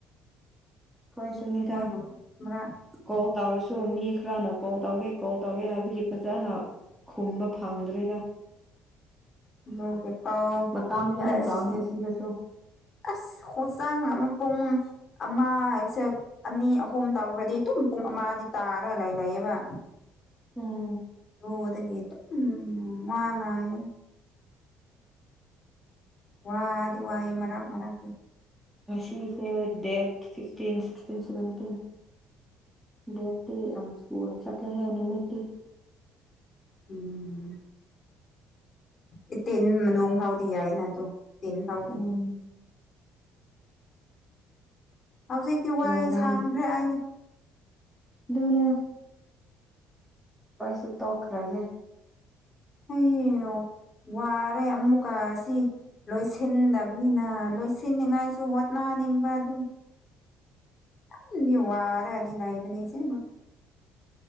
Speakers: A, in the centre; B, on the left.
A: ꯑꯩꯈꯣꯏ ꯁꯨꯅꯤꯗ
B: ꯃꯣꯏꯅ ꯃꯔꯛ
A: ꯀꯣꯜ ꯇꯧꯔꯁꯨ ꯃꯤ ꯈꯔꯅ ꯀꯣꯜ ꯇꯧꯒꯦ ꯀꯣꯜ ꯇꯧꯒꯦ ꯍꯥꯏꯕꯒꯤ ꯐꯖꯅ ꯈꯨꯝꯕ ꯐꯪꯗ꯭ꯔꯦꯗ
B: ꯂꯒꯦ ꯄꯥꯎꯑꯣ
A: ꯃꯇꯝ ꯌꯥꯝ
B: ꯑꯁꯤ
A: ꯆꯪꯉꯦ ꯁꯤꯗꯁꯨ
B: ꯑꯁ ꯍꯣꯆꯥꯡ ꯑꯃ ꯄꯨꯡ ꯑꯃ ꯍꯥꯏꯕꯁꯦ ꯑꯅꯤ ꯑꯍꯨꯝ ꯇꯧꯈ꯭ꯔꯗꯤ ꯑꯗꯨꯝ ꯄꯨꯡ ꯑꯃ ꯇꯥꯔ ꯂꯩ ꯂꯩꯌꯦꯕ
A: ꯎꯝ
B: ꯑꯗꯨꯗꯒ ꯎꯝ ꯋꯥ ꯉꯥꯡ ꯋꯥꯗꯤ ꯋꯥꯌꯦ ꯃꯔꯥꯛ ꯃꯔꯥꯛ
A: ꯉꯁꯤꯁꯦ ꯗꯦꯠ ꯐꯤꯞꯇꯤꯟ ꯁꯤꯛꯁꯇꯤꯟ ꯁꯚꯦꯟꯇꯤꯟ ꯗꯦꯠꯇꯤ ꯑꯃꯨꯛ ꯊꯨꯅ ꯆꯠꯂꯦꯍꯦ ꯅꯨꯃꯤꯠꯇꯤ
B: ꯎꯝ ꯏꯇꯦꯟ ꯃꯥꯅꯨꯡ ꯐꯥꯎꯗꯤ ꯌꯥꯏꯅ ꯑꯗꯨ ꯇꯤꯟ ꯐꯥꯎꯇ
A: ꯎꯝ
B: ꯍꯧꯖꯤꯛꯇꯤ ꯋꯥꯏ
A: ꯂꯩꯔꯝ
B: ꯁꯥꯡꯗ꯭ꯔꯦ ꯑꯩꯗꯤ
A: ꯑꯗꯨꯅ ꯄꯩꯁꯨ ꯇꯣꯛꯈ꯭ꯔꯒꯦ
B: ꯑꯩꯌꯦꯡ ꯋꯥꯔꯦ ꯑꯃꯨꯛꯀꯥ ꯑꯁꯤ ꯂꯣꯏꯁꯤꯟꯗꯕꯅꯤꯅ ꯂꯣꯏꯁꯤꯟꯅꯤꯉꯥꯏꯁꯨ ꯍꯣꯠꯅꯅꯤꯡꯕ ꯑꯗꯨꯝ ꯌꯥꯝꯗꯤ ꯋꯥꯔꯒꯗꯤ ꯂꯩꯕꯅꯦ ꯑꯁꯦꯡꯕ